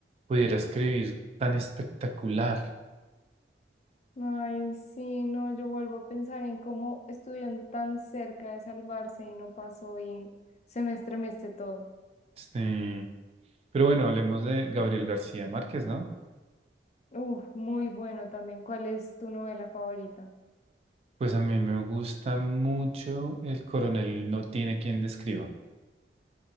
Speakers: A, on the right; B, on the left.
A: Pudiera
B: Mm.
A: escribir tan espectacular.
B: Ay, sí, no, yo vuelvo a pensar en cómo estuvieron tan cerca de salvarse y no pasó y se me estremece todo.
A: Sí. Pero bueno, hablemos de Gabriel García Márquez, ¿no?
B: Uf, muy bueno también. ¿Cuál es tu novela favorita?
A: Pues a mí me gusta mucho El coronel no tiene quien describa.